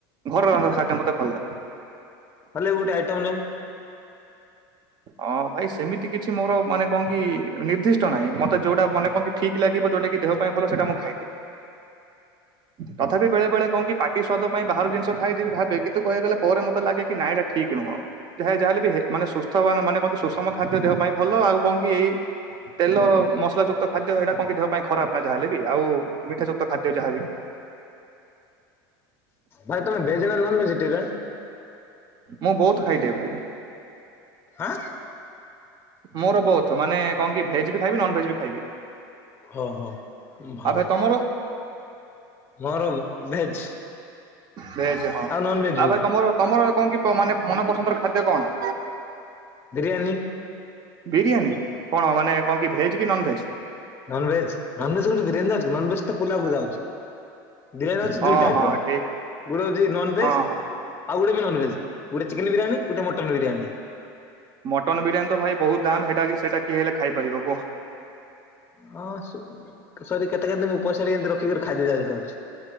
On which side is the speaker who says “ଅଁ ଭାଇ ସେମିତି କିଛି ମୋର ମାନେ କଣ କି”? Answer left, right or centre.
Right